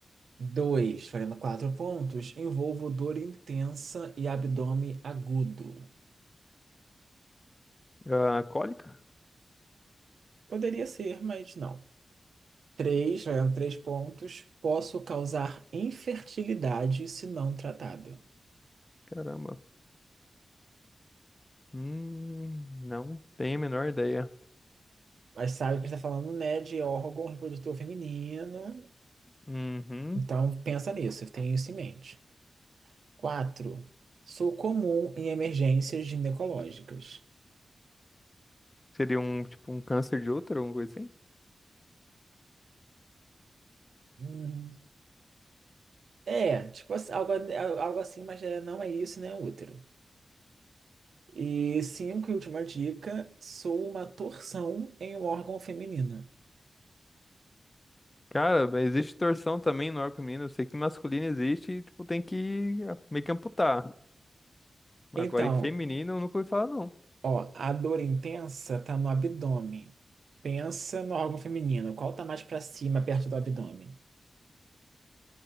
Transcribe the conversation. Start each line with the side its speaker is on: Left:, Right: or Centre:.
Right: dois valendo 4 pontos. Envolvo dor intensa e abdômen agudo.
Left: Ah, cólica?
Right: Poderia ser, mas não. três valendo 3 pontos. Posso causar infertilidade se não tratada.
Left: Caramba. Hum, não tenho a menor ideia.
Right: Mas sabe que está falando, né, de órgão reprodutor feminino.
Left: Uhum.
Right: Então, pensa nisso, tenha isso em mente. 4. Sou comum em emergências ginecológicas.
Left: Seria um, tipo, um câncer de útero, alguma coisa assim?
Right: Hum, É, tipo assim, algo, algo assim, mas é- não é isso, né, útero. E cinco, e última dica, sou uma torção em um órgão feminino.
Left: Cara, mas existe torção também no arco feminino. Eu sei que masculino existe e, tipo, tem que ah, meio que amputar. Agora,
Right: Então,
Left: em feminino, eu nunca ouvi falar, não.
Right: ó, a dor intensa tá no abdômen. Pensa no órgão feminino. Qual tá mais pra cima, perto do abdômen?